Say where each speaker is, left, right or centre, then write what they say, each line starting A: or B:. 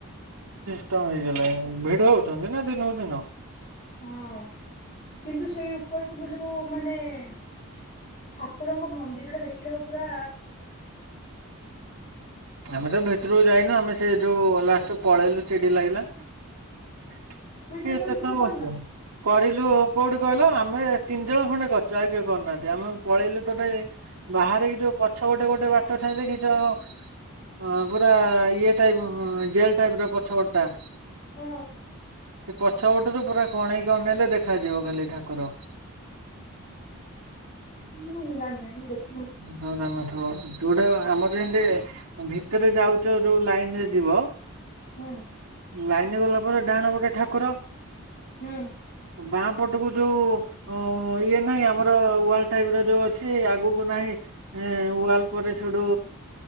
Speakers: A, on the right; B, on the left.
A: ଉମ ହେଇଗଲେ ଭିଡ ହଉଛନ୍ତି ନା ଦିନକୁ ଦିନ।
B: ହଁ। କିନ୍ତୁ ସେଇ ଉପରେ ସବୁ ଯୋଉ ମାନେ ଠାକୁରଙ୍କ ମନ୍ଦିର ଟା ଦେଖିଲାକୁ ପୁରା
A: ଆମେ ତ ଭିତରକୁ ଯାଇନୁ ଆମେ ସେ ଯୋଉ ଲାଷ୍ଟ ପଳେଇଲୁ ଚିଡି ଲାଗିଲା। କିଏ
B: ମାନେ ଠାକୁର
A: ସେ
B: ଦର୍ଶନ
A: ସବୁ
B: କରିନ?
A: ବସିବ କରିଲୁ କୋଉଠି କହିଲ ଆମେ ତିନି ଜଣ ଖଣ୍ଡେ କରିଛୁ ଆଉକେହି କରିୁନାହାନ୍ତି ଆମେ ପଳେଇଲୁ ଟୋଟେ ବାହାରିକି ଯୋଉ ପଛ ପଛ ପଟେ ଗୋଟେ ବାଟ ଥାଏ ଦେଖିଛ? ହଁ ପୁରା ଇଏ ଟାଇପ ଜେଲ ଟାଇପ ର ପ ପଛ ପଟଟା ସେ
B: ହଁ
A: ପଛ ପଟରୁ ପୁରା କଣେଇକି ଅନେଇଲେ ଦେଖାଯିବ ଖାଲି ଠାକୁର
B: ହୁଁ ଜାଣିନି ମୁଁ ଦେଖ
A: ତମେ ଜାଣି ନଥିବ। ହଁ ଯୋଉଟା ଆମର ଯେମତି ଭିତରେ ଯାଉଛ ଯୋଉ ଲାଇନ ରେ ଯିବ
B: ହୁଁ।
A: ଲାଇନ ଗଲା ପରେ ଡାହାଣ ପଟେ ଠାକୁର।
B: ହୁଁ।
A: ବାଁ ପଟକୁ ଯୋଉ ଅ ଇଏ ନାହିଁ ଆମର ୱାଲ୍ ଟାଇପ ର ଯୋଉ ଅଛି ଆଗକୁ ନାହିଁ ୱାଲ ପରେ ସେଠୁ